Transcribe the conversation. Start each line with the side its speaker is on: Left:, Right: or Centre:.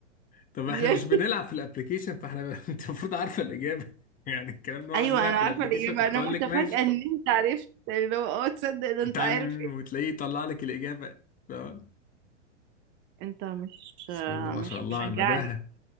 Left: طب
Right: يعني
Left: احنا مش بنلعب
Right: <laughs>
Left: في الابليكيشن فاحنا ب... <laughs> انت المفروض عارفه الاجابه <laughs> يعني الكلام ده
Right: ايوه
Left: احنا بنلعب
Right: انا
Left: في
Right: عارفه
Left: الابليكيشن
Right: الاجابه
Left: كنت
Right: انا
Left: اقول
Right: متفاجئه
Left: لك ماشي
Right: ان انت عرفت اللي هو اه تصدق ده انت
Left: تعن
Right: عارف
Left: وتلاقيه يطلع لك الاجابه اه
Right: انت مش
Left: بسم الله ما شاء
Right: مش
Left: الله
Right: مشجعني
Left: على النباهه